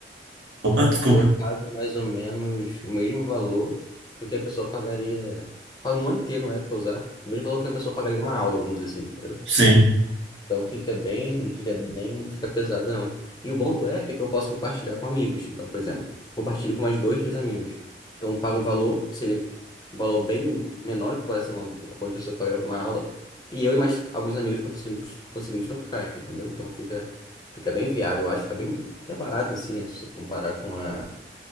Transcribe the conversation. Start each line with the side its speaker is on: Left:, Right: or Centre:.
Right: Opa, desculpa.
Left: Eu pago mais ou menos o mesmo valor do que a pessoa pagaria. Pago no ano inteiro, é, pra usar. O mesmo valor que a pessoa pagaria uma aula, vamos dizer assim, entendeu?
Right: Sim,
Left: Então fica bem, não fica nem fica pesado, não. E o bom do app é que eu posso compartilhar com amigos. Então, por exemplo, compartilho com mais dois, três amigos. Então, eu pago um valor, que seria um valor bem menor em comparação a quando a pessoa pagaria uma aula. E eu e mais alguns amigos conseguimos, conseguimos tocar, entendeu? Então fica, fica bem viável, eu acho que fica bem até barato em si, né? Se você comparar com a